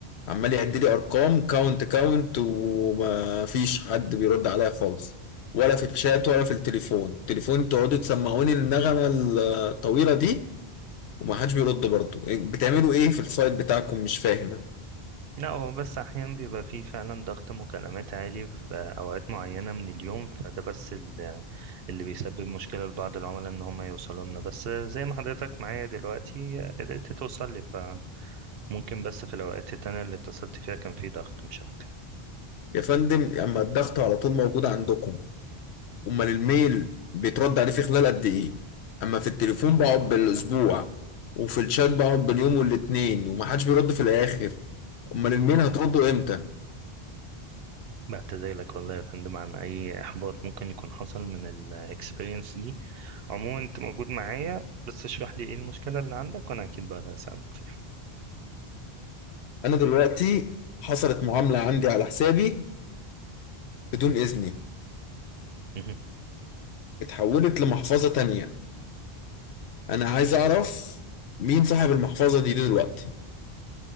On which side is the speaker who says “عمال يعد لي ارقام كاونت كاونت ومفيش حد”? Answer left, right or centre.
Left